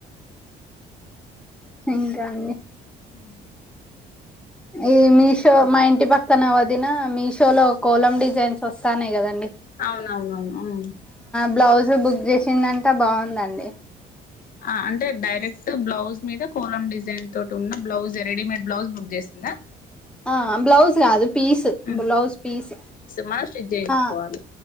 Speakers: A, in the centre; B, on the left.
A: ఇంకా అండి
B: హ
A: ఈ మీషో మా ఇంటి పక్కన వదిన మీషో లో కోలం డిజైన్స్ వస్తానై కదండి
B: అవునవునవును ఆ
A: బ్లౌజు బుక్ చేసిందంటే బాగుందండి
B: ఆ అంటే డైరెక్ట్ బ్లౌజ్ మీద కోలం డిజైన్ తోటి ఉన్న బ్లౌజ్ రెడీమేడ్ బ్లౌజ్ బుక్ చేసిందా
A: ఆ బ్లౌస్ కాదు పీస్
B: ఉమ్
A: బ్లౌస్ పీస్
B: మనం స్టిచ్ చేయించుకోవాలి
A: అ